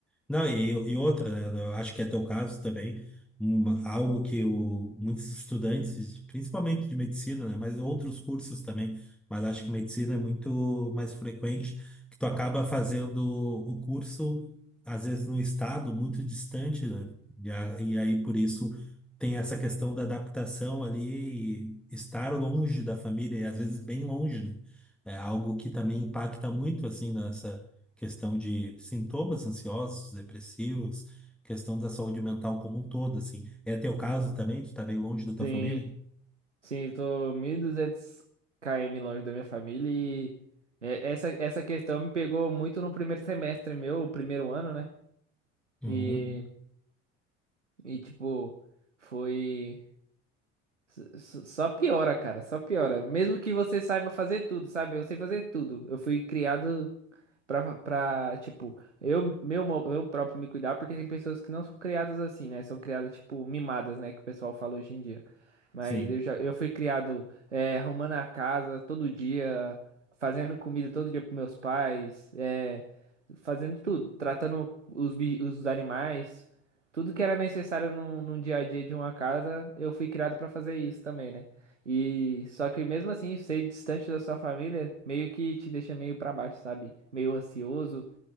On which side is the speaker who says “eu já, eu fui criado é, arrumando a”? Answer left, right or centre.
Right